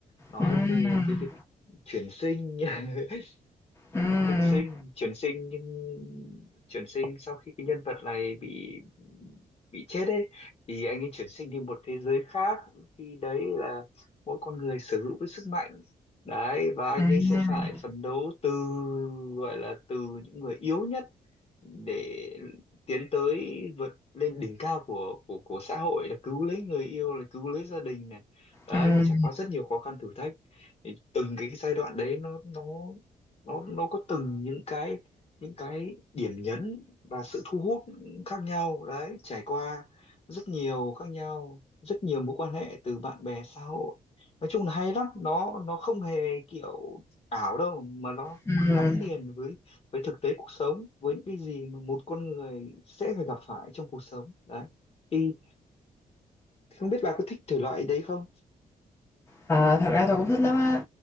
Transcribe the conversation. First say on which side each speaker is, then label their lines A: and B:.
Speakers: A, on the left (about 40°); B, on the left (about 15°).
A: nói
B: Ừm,
A: về cái việc chuyển sinh <laughs>
B: ừm,
A: chuyển sinh chuyển sinh nhưng chuyển sinh sau khi cái nhân vật này bị bị chết ấy thì anh ấy chuyển sinh đi một thế giới khác khi đấy là mỗi con người sở hữu cái sức mạnh đấy và anh
B: ừm,
A: ấy sẽ phải phấn đấu từ gọi là từ những người yếu nhất để tiến tới vượt lên đỉnh cao của của của xã hội là cứu lấy người yêu là cứu lấy gia đình này đấy
B: ừm,
A: phải trải qua rất nhiều khó khăn thử thách thì từng cái giai đoạn đấy nó nó nó nó có từng những cái những cái điểm nhấn và sự thu hút khác nhau đấy trải qua rất nhiều khác nhau rất nhiều mối quan hệ từ bạn bè xã hội nói chung là hay lắm nó nó không hề kiểu ảo đâu mà nó
B: ừm.
A: gắn liền với với thực tế cuộc sống với những cái gì mà một con người sẽ phải gặp phải trong cuộc sống đấy thì không biết bà có thích thể loại đấy không
B: Ờ, thật ra tôi cũng thích lắm á.